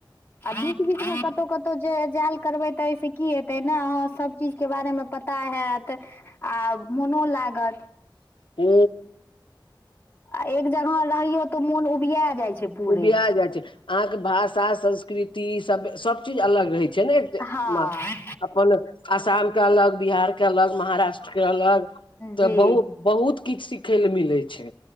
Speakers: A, on the left; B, on the left.
A: आ बीच बीच मे कतहु कतहु जाल करबै तऽ एहिहिसँ की हेतै ने अहाँ सब चीज के बारे मे पता हैत आ मोनो लागत
B: हू
A: आ एक जगह रहियौ तऽ मोन उबिया जाइ छै पूरे
B: उबिया जाय छै अहा के भाषा संस्कृति सब सब चीज अलग रहे छै छै नहि एक
A: हँ
B: म अपन आसाम के अलग बिहार के अलग महाराष्ट्र के अलग तऽ
A: जी
B: बहुत बहुत किछ सिखे ले मिले छै